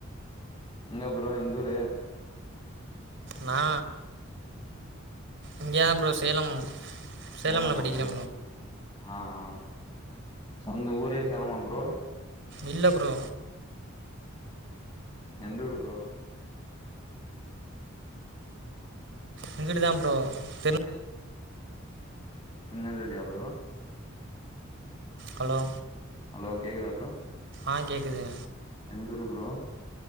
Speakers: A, on the left; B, on the right.
A: நீங்க ப்ரோ எந்த ஊரு
B: நா இங்கதா ப்ரோ சேலம் சேலம்ல
A: சேலமா
B: படிக்கிறே
A: ப்ரோ ஆ ஆ சொந்த ஊரே சேலமா ப்ரோ
B: இல்ல ப்ரோ
A: எந்த ஊரு ப்ரோ
B: இங்கட்டு தா ப்ரோ திரு
A: திருநெல்வேலியா ப்ரோ
B: ஹலோ
A: ஹலோ கேக்குதா ப்ரோ
B: ஆ கேக்குது
A: எந்தூரு ப்ரோ